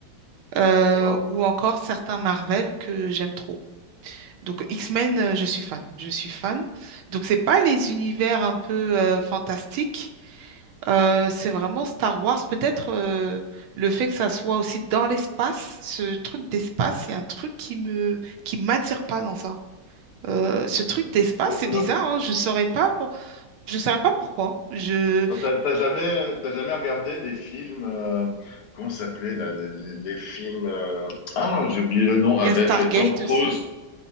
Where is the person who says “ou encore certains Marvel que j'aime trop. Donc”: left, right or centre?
Right